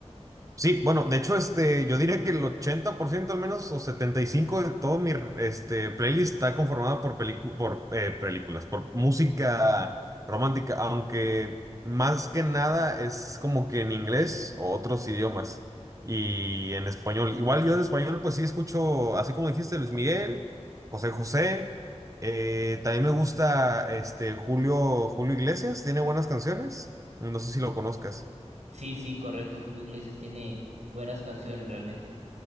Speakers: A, on the right; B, on the right.
A: Sí, bueno, de hecho, este, yo diría que el 80% al menos, o 75% de todo mi este, playlist está conformada por, pelicu- por eh, películas, por música romántica, aunque más que nada es como que en inglés o otros idiomas y en español. Igual yo de español, pues sí escucho, así como dijiste, Luis Miguel, José José, eh, también me gusta este, Julio, Julio Iglesias, tiene buenas canciones, no sé si lo conozcas.
B: Sí, sí, correcto. Julio Iglesias tiene buenas canciones realmente.